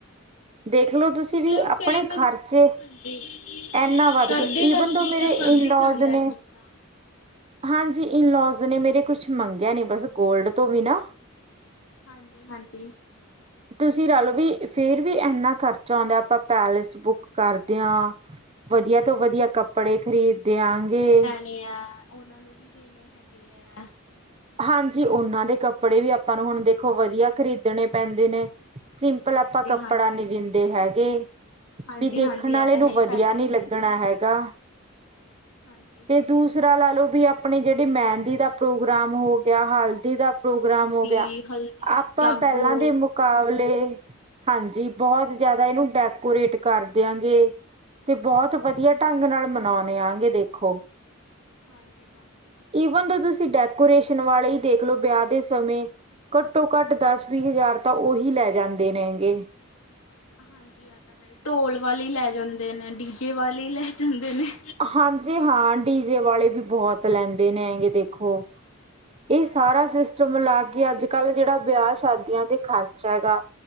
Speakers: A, on the right; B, on the left.
A: ਦੇਖਲੋ ਤੁਸੀਂ
B: ਮਤਲਬ
A: ਵੀ, ਅਪਣੇ
B: ਕਈ ਵਾਰੀ
A: ਖਰਚੇ
B: ਹਾਂਜੀ,
A: ਐਨਾ ਵੱਧ
B: ਕਰਦੇ-ਕਰਦੇ
A: ਗਏ ਈਵਨ ਸੋ ਮੇਰੇ
B: ਤਾਂ ਵੱਧ ਹੀ
A: ਇਨਲੋਜ਼
B: ਜਾਂਦਾ ਹੈ
A: ਨੇ
B: ਖਰਚਾ।
A: ਹਾਂਜੀ ਇਨਲੋਜ ਨੇ ਮੇਰੇ ਕੁਛ ਮੰਗਿਆ ਨੀ ਬਸ ਗੋਲਡ ਤੋਂ ਬਿਨਾ
B: ਹਾਂਜੀ-ਹਾਂਜੀ।
A: ਤੁਸੀਂ ਰਲ ਵੀ ਫੇਰ ਵੀ ਏਨਾ ਖਰਚਾ ਆਂਦਾ ਆਪਾਂ ਪੈਲੇਸ ਬੁੱਕ ਕਰਦੇ ਆ ਵਧੀਆ ਤੋਂ ਵਧੀਆ ਕੱਪੜੇ ਖ਼ਰੀਦ ਦਯਾਂਗੇ
B: ਤਾਂ ਓਨਾਂ ਨੂੰ ਵੀ ਦੇਣੇ ਹੈਗੇ ਐ।
A: ਹਾਂਜੀ ਓਨਾਂ ਦੇ ਕੱਪੜੇ
B: ਕੁਛ
A: ਵੀ ਆਪਾਂ
B: ਕਰਨਾ
A: ਨੂੰ ਹੁਣ ਦੇਖੋ ਵਧੀਆ ਖਰੀਦਣੇ ਪੈਂਦੇ ਨੇ। ਸਿੰਪਲ ਆਪਾਂ
B: ਹਾਂਜੀ-ਹਾਂਜੀ,
A: ਕੱਪੜਾ ਨੀ ਦਿੰਦੇ ਹੈਗੇ।
B: ਹਾਂਜੀ-ਹਾਂਜੀ
A: ਵੀ ਦੇਖਣ
B: ਇਹ
A: ਆਲੇ
B: ਤਾਂ
A: ਨੂੰ
B: ਹੈ ਹੀ
A: ਵਧੀਆ
B: ਸਾਡੇ
A: ਨੀ
B: 'ਚ ਵੀ
A: ਲੱਗਣਾ
B: ਏਦਾਂ
A: ਹੈਗਾ।
B: ਹਾਂਜੀ-ਹਾਂਜੀ।
A: ਤੇ ਦੂਸਰਾ ਲਾ ਲੋ ਵੀ, ਆਪਣੇ ਜੇੜੇ ਮੈੰਦੀ ਦਾ ਪ੍ਰੋਗਰਾਮ ਹੋ ਗਯਾ, ਹਲਦੀ ਦਾ ਪ੍ਰੋਗਰਾਮ
B: ਮਹਿੰਦੀ,
A: ਹੋ ਗਿਆ
B: ਹਲਦੀ,
A: ਆਪਾਂ
B: ਜਾਗੋ
A: ਪੈਲਾਂ ਦੇ ਮੁ ਕਾਵਲੇ ਹਾਂਜੀ ਬੋਹਤ ਜ਼ਿਆਦਾ ਏਨੂੰ ਡੈਕੋਰੇਟ ਕਰ ਦਿਆਂਗੇ ਤੇ ਬੋਹਤ ਵਧੀਆ
B: ਹਾਂਜੀ।
A: ਢੰਗ ਨਾਲ ਮਨਾਓਣੇ ਆ ਗੇ ਦੇਖੋ
B: ਹਾਂਜੀ-ਹਾਂਜੀ।
A: ਈਵਨ ਤੇ ਤੁਸੀਂ ਡੈਕੋਰੇਸ਼ਨ ਵਾਲੇ ਈ ਦੇਖ ਲੋ ਵਿਆਹ ਦੇ ਸਮੇਂ ਘੱਟੋ-ਘੱਟ ਦਸ-ਵੀਹ ਹਜ਼ਾਰ ਤਾਂ ਓਹੀ ਲੈ ਜਾਂਦੇ ਨੇਗੇ
B: ਹਾਂਜੀ ਐ ਤਾਂ ਹੈ, ਢੋਲ ਵਾਲੇ ਲੈ ਜਾਂਦੇ ਨੇ, ਡੀਜੇ ਵਾਲੇ ਲੈ ਜਾਂਦੇ ਨੇ।
A: ਹਾਂਜੀ ਹਾਂ ਡੀਜੇ ਵਾਲੇ ਵੀ ਬੋਹਤ ਲੈਂਦੇ ਨੇ ਹੈਂਗੇ ਦੇਖੋ ਏ
B: ਹਾਂਜੀ-ਹਾਂਜੀ।
A: ਸਾਰਾ ਸਿਸਟਮ ਲਾ ਕੇ ਅੱਜ ਕੱਲ੍ਹ ਜੇੜਾ ਵਿਆਹ-ਸ਼ਾਦੀਆਂ ਤੇ ਖ਼ਰਚ ਹੈਗਾ,